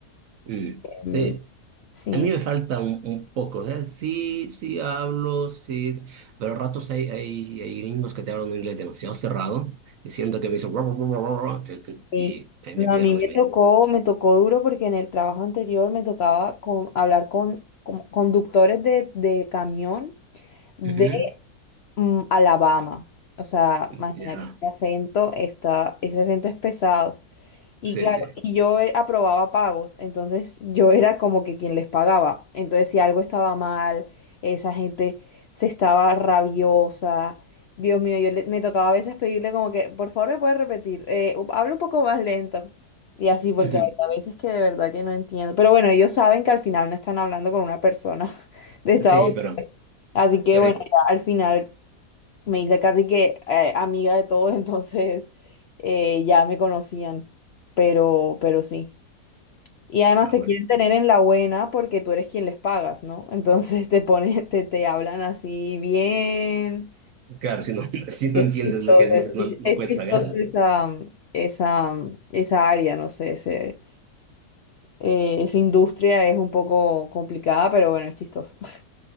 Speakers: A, on the right; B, on the left.
A: Mm.
B: Mm,
A: Sí,
B: Sí,
A: a mí me falta un, un poco, o sea, sí, sí hablo, sí, pero a ratos hay, hay, hay gringos que te hablan un inglés demasiado cerrado, diciendo que me dicen "Ruah, ruah, ruah, ruah",
B: sí.
A: y ahí
B: No,
A: me pierdo
B: a mí me
A: y me...
B: tocó, me tocó duro porque en el trabajo anterior me tocaba con, hablar con, con conductores de, de camión de
A: Ujú,
B: mm, Alabama. O sea, imagínate,
A: Ya,
B: ese acento está, ese acento es pesado. Y
A: sí,
B: claro,
A: sí.
B: y yo eh, aprobaba pagos, entonces yo era como que quien les pagaba. Entonces, si algo estaba mal, esa gente se estaba rabiosa. Dios mío, yo le- me tocaba a veces pedirle como que, por favor, me puedes repetir, eh, u- habla un poco más lento. Y así, porque
A: Ujú.
B: hay a veces que de verdad que no entiendo. Pero bueno, ellos saben que al final no están hablando con una persona <laughs> de Estados
A: Sí,
B: Unidos.
A: pero,
B: Así que
A: pero
B: bueno,
A: hay-
B: ya al final me hice casi que eh, amiga de todos, <laughs> entonces eh, ya me conocían, pero, pero sí. Y además
A: Ah,
B: te
A: bueno,
B: quieren tener en la buena porque tú eres quien les pagas, ¿no? <laughs> Entonces te pones, te, te hablan así bien.
A: claro, si no, <laughs> si no
B: Es
A: entiendes
B: chistoso,
A: lo que dices,
B: es chi-
A: no, no
B: es
A: puedes
B: chistoso
A: pagarles.
B: esa, esa, esa área, no sé, ese, eh, esa industria es un poco complicada, pero bueno, es chistoso. <laughs>